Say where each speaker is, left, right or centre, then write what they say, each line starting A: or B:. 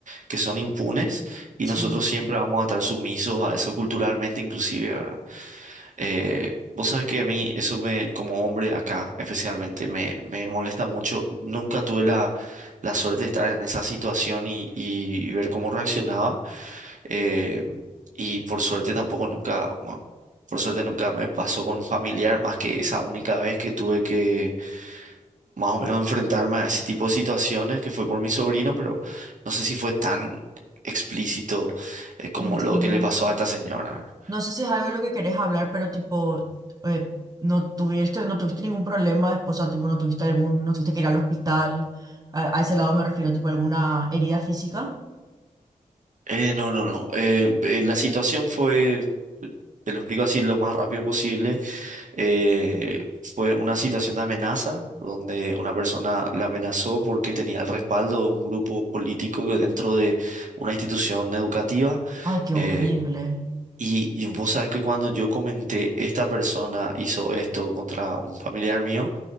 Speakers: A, on the right; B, on the right.
A: que son impunes y
B: Sí,
A: nosotros siempre vamos a estar sumisos a eso culturalmente inclusive, ¿verdad? Eh, vos sabes que a mí eso me, como hombre acá especialmente, me, me molesta mucho. Nunca tuve la, la suerte de estar en esa situación y, y- y ver cómo reaccionaba. Eh, y por suerte tampoco nunca, bueno, por suerte nunca me pasó con un familiar más que esa única vez que tuve que más o menos enfrentarme a ese tipo de situaciones que fue por mi sobrino, pero no sé si fue tan explícito eh, como
B: entiendo.
A: lo que le pasó a esta señora.
B: No sé si es algo de lo que querés hablar, pero tipo, eh, no tuviste, no tuviste ningún problema después, o sea, tipo, no tuviste algún, no tuviste que ir al hospital. A, a ese lado me refiero, tipo, alguna herida física.
A: Eh, no, no, no. Eh, eh, la situación fue, te lo explico así lo más rápido posible, eh, fue una situación de amenaza donde una persona la amenazó porque tenía el respaldo de un grupo político que dentro de una institución educativa.
B: Ay, qué horrible.
A: eh, Y, y vos sabes que cuando yo comenté, esta persona hizo esto contra un familiar mío,